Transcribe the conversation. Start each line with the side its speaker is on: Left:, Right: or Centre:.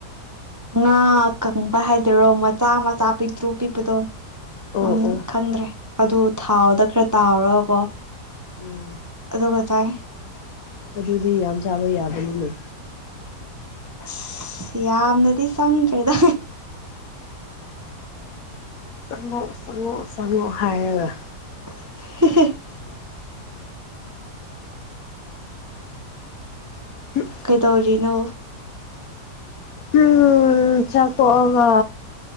Right: ꯉꯥ ꯀꯪꯕ ꯍꯥꯏꯗ‌ꯣꯏꯔꯣ ꯃꯆꯥ ꯃꯆꯥ ꯄꯤꯛ ꯇ꯭ꯔꯨ ꯄꯤꯛꯄꯗꯣ
Left: ꯑꯣ
Right: ꯃꯃꯤꯡ
Left: ꯑꯣ
Right: ꯈꯪꯗ꯭ꯔꯦ ꯑꯗꯨ ꯊꯥꯎꯗ ꯈꯔ ꯇꯥꯎꯔꯒꯀꯣ
Left: ꯎꯝ
Right: ꯑꯗꯨꯒ ꯆꯥꯏ
Left: ꯑꯗꯨꯗꯤ ꯌꯥꯝ ꯆꯥꯕ ꯌꯥꯕꯅꯤꯅꯦ
Right: ꯑꯁ ꯌꯥꯝꯅꯗꯤ ꯆꯪꯗ꯭ꯔꯦꯗ
Left: ꯆꯪꯉꯣ ꯆꯪꯉꯣ ꯆꯪꯉꯣ ꯍꯥꯏꯔꯒ
Right: <unintelligible>
Left: <unintelligible> <unintelligible>
Right: ꯀꯩꯗꯧꯔꯤꯅꯣ
Left: ꯍꯨꯝ ꯆꯥꯛ ꯇ‌ꯣꯛꯑꯒ